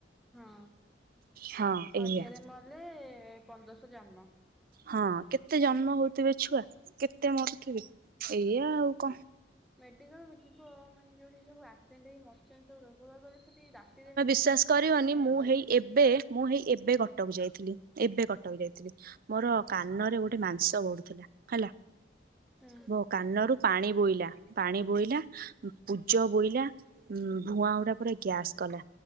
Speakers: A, in the centre; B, on the right (about 50°).
A: ହଁ,
B: ହଁ
A: ହଜାରେ
B: ଏଇଆ
A: ମଲେ ପନ୍ଦରଶହ ଜନ୍ମ।
B: ହଁ କେତେ ଜନ୍ମ ହଉଥିବେ ଛୁଆ କେତେ ମରୁଥିବେ ଏଇଆ ଆଉ କଣ।
A: ମେଡିକାଲକୁ ଯିବ ମାନେ ଯୋଉଠି ସବୁ ଆସେଣ୍ଟ୍ ହେଇ ମରିଛନ୍ତି ସବୁ ରୋଗ ବାଗରେ ସେଠି ରାତିରେ ମାନେ।
B: ବିଶ୍ୱାସ କରିବନି
A: ଏ
B: ମୁଁ
A: ରହିପାରିବନି
B: ହେଇ ଏବେ ମୁଁ ହେଇ ଏବେ କଟକ ଯାଇଥିଲି ଏବେ କଟକ। ଯାଇଥିଲି, ମୋର କାନରେ ଗୋଟେ ମାଂସ ବଢୁଥିଲା, ହେଲା।
A: ହୁଁ
B: ମୋ କାନରୁୁ ପାଣି ବୋଇଲା ପାଣି ବୋଇଲା ପୂଜ ବୋଇଲା ଉଁ-ଉଁ ଭୁଆଁଗୁରା ପୁରା ଗ୍ୟାସ୍ କଲା।